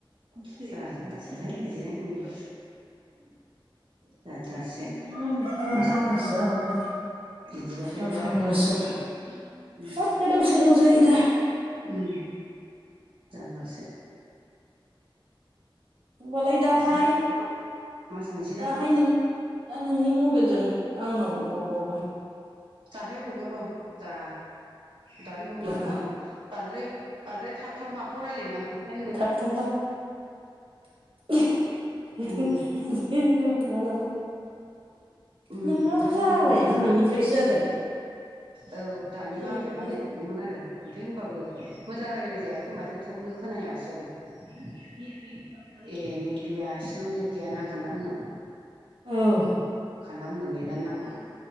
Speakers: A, on the right; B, on the right.
A: खि जानासोहाय बिदि जाजारसे
B: एकदम
A: बोसस
B: मा जाखो
A: बिदिबथाय
B: दा
A: बिराद
B: फाग्लासो
A: गोदाव सोराव जायो।
B: हाब गोदाव सोरदाव जायो दा।
A: उ जानलासो
B: होमबालाय दाहाय
A: राथाव दां मास मोनसे
B: दाहाय
A: दां
B: नों दा नोंनि मबाइलजों आंनाव हरबावहाय
A: दाहाय हरगोन र' दा दानो हरनो
B: बिरङा
A: हाथ' आं बांद्राय बांद्राय थाब थाब माखौ रायज्लायनो आं खोथायानो मोना।
B: थाब थाब <unintelligible>
A: उम
B: हो नोंनानाव
A: उम
B: नोंनाबो
A: खोथाखौनो
B: जाबाय
A: मोनाना
B: दिनैनिफ्रायसो
A: आरो
B: जादों।
A: औ दानि
B: दिनैनिफ्रायसो
A: मामाया बानायफिनदोंमोन आरो। ओमफफ्राय होनबाबो मोजां रायज्लाय जायाखै माथो थबनो खोनायाासो जादों। ए नेट गैया बिसिोरनाव नेट गैया ना खान्दामोननाव
B: औ
A: खान्दा मोननाव नेटआनो नाङा